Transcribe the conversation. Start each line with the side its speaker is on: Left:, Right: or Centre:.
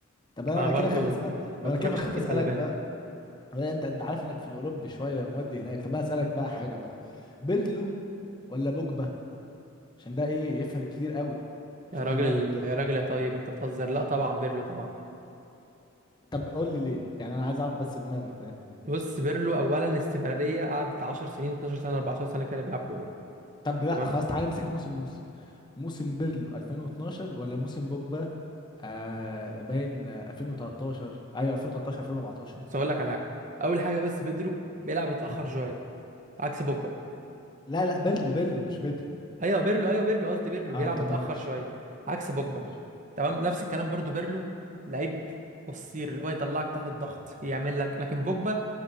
Left: طب انا
Right: انا برضو
Left: كده خاف اسال
Right: ما
Left: انا
Right: بتفرجش
Left: كده خاف
Right: كتير
Left: اسالك
Right: خلي بالك
Left: بقى ولا انت انت عارف انك في الاوروبي شويه مودي هناك طب انا اسالك بقى حاجه بقى بيرلو ولا بوجبا عشان ده ايه يفرق كتير قوي شوف
Right: يا راجل
Left: دماغك كده
Right: يا راجل يا طيب انت بتهزر لا طبعا بيرلو طبعا
Left: طب قول لي ليه يعني انا عايز اعرف بس دماغك في الحته دي
Right: بص بيرلو اولا استمراريه قعدت 10 سنين 12 سنه 14 سنه كده بيلعب كوره
Left: طب لا
Right: تمام
Left: خلاص تعالى نمسك موسم موسم موسم بيرلو 2012 ولا موسم بوجبا آه باين آه، 2013 ايوه 2013 2014
Right: بس هقول لك على حاجه اول حاجه بس بيدرو بيلعب متاخر شويه عكس بوجبا
Left: لا لا بيرلو بيرلو مش بيدرو
Right: ايوه بيرلو ايوه بيرلو قصدي بيرلو
Left: اه
Right: بيلعب
Left: تمام
Right: متاخر
Left: ماشي
Right: شويه عكس بوجبا
Left: ماشي
Right: تمام نفس الكلام برضو بيرلو لعيب قصير اللي هو يطلعك تحت الضغط يعمل لك لكن بوجبا